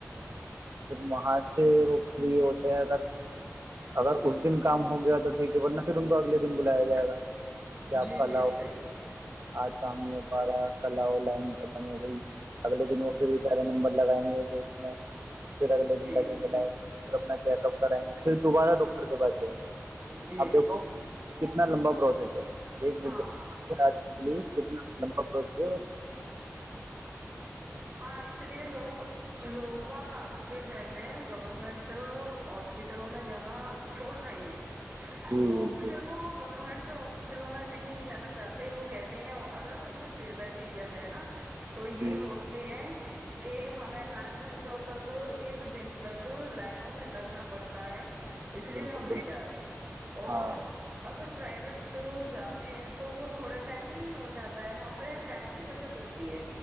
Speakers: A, on the right; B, on the right.
A: تو پھر وہاں سے وہ فری ہوتے ہیں اگر اگر اس دن کام ہو گیا تو ٹھیک ہے ورنہ پھر ان کو اگلے دن بلایاائے گا کہ
B: جی
A: آپ کل
B: جی
A: آؤ
B: صحیح ہے
A: آج کام نہیں ہو پا رہا ہے کلا اور لائن ختم ہو گئی اگلے دن وہ پھر بی چارے نمبر لگائیں گے ڈیٹ میں پھر اگلے دن
B: جی
A: لگیں گے لائ پھر اپنا چیک اپ کرائیں گے پھر دوبارہ ڈاکٹر کے پاس جائیں گے
B: جی
A: آپ دیکھو کتنا لمبا پروسیس ہے ایک
B: ہاں
A: بھا
B: ہاں
A: کتنا لمبا پروسیسر
B: ہاں اس لیے لوگ لوگ باگ آج کے ٹائم میں گ گورنمنٹ ہاسپٹلوں میں جانا چھوڑ رہے ہیں
A: جی
B: بس دیکھو
A: جی
B: گورمنٹ ہاسپٹلوں میں نہیں جانا چاہتے وہ کہتے ہیں اگر ان سے فیڈ بیک لیا جائے نا تو یہی
A: جی
B: ہیں کہ ہمیں ل گھنٹوں تک ایک دن تک لائن میں لگنا پڑتا ہے اس لیے
A: بالکل
B: ہم نہیں
A: بالکل
B: جا رہے اور
A: ہاں
B: اگر پرائیویٹ جاتے ہیں تو وہ تھوڑے ٹائم ہی ہو جاتا ہے وہاںہ وہ ٹائم کی بچت ہوتی ہے